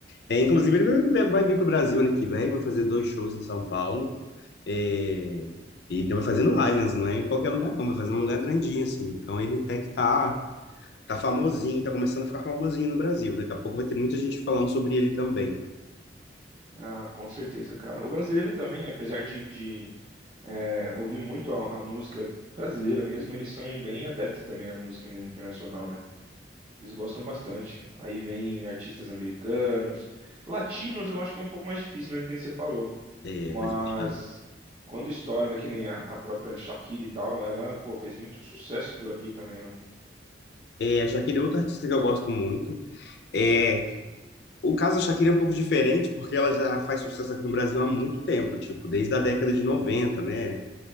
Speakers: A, on the left (about 60°); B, on the right (about 30°).
A: É, inclusive, ele vai vai vir pro Brasil ano que vem, vai fazer dois shows em São Paulo, é, e vai fazer no Allianz, não é em qualquer lugar não, vai fazer num lugar grandinho, assim, então ele até que tá, tá famosinho, tá começando a ficar famosinho no Brasil, daqui a pouco vai ter muita gente falando sobre ele também,
B: Ah, com certeza, cara. O brasileiro também, apesar de, de é, ouvir muito a, a música brasileira mesmo, eles são bem adeptos também à música internacional, né? Eles gostam bastante. Aí vem artistas americanos. Latinos eu acho que é um pouco mais difícil, né? Que nem você falou.
A: é,
B: Mas
A: mas fechando.
B: quando estouram, é que nem a, a própria Shakira e tal, ela, pô, fez muito sucesso por aqui também, ó.
A: É, a Shakira é outra artista que eu gosto muito, é O caso da Shakira é um pouco diferente, porque ela já faz sucesso aqui no Brasil há muito tempo, tipo, desde a década de 90, né?